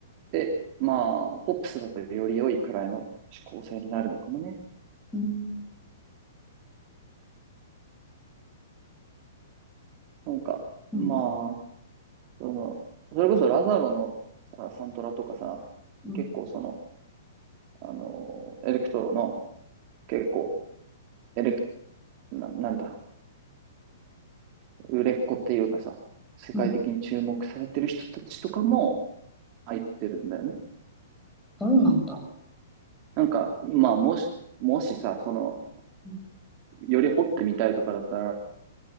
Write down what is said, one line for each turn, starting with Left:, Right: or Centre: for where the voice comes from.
Right: で、まあ、ポップスだとより良いくらいの指向性になるのかもね。
Centre: うん。
Right: なんか、
Centre: うん。
Right: まあ、その、それこそラザロのさ、サントラとかさ、
Centre: うん。
Right: 結構その、あの、エレクトロの、結構、エレク、な、なんだ、売れっ子っていうかさ、世界的に注目されてる人たちとかも
Centre: うん。
Right: 入ってるんだよね。
Centre: そうなんだ。
Right: なんか、まあ、もし、もしさ、その、
Centre: うん。
Right: より掘ってみたいとかだったら、